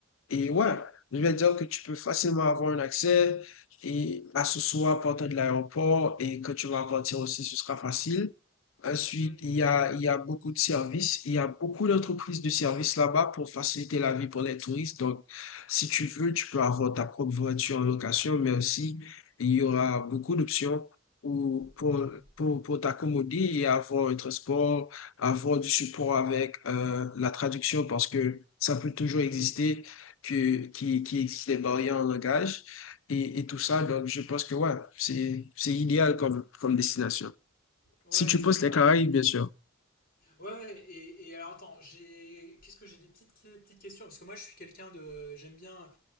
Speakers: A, on the left (about 75°); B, on the left (about 45°).
A: Et
B: Ok.
A: ouais, je vais dire que tu peux facilement avoir un accès et à ce soir, partant de l'aéroport. Et quand tu vas partir aussi, ce sera facile. Ensuite,
B: Hmm,
A: il y a, il y a beaucoup de services, il y a beaucoup d'entreprises de services là-bas pour faciliter la vie pour les touristes. Donc, si tu veux, tu peux avoir ta propre voiture en location, mais aussi, il y aura beaucoup d'options pour, pour,
B: hmm,
A: pour, pour t'accommoder et avoir un transport, avoir du support avec euh, la traduction parce que ça peut toujours exister, que, qui, qui existe des barrières en langage et, et tout ça. Donc, je pense que ouais, c'est, c'est idéal
B: hmm.
A: comme, comme destination.
B: Ouais,
A: Si tu
B: très
A: poses
B: bien.
A: les Caraïbes, bien sûr.
B: Ouais, ouais, et, et alors attends, j'ai qu'est-ce que j'ai des petites, des petites questions parce que moi je suis quelqu'un de j'aime bien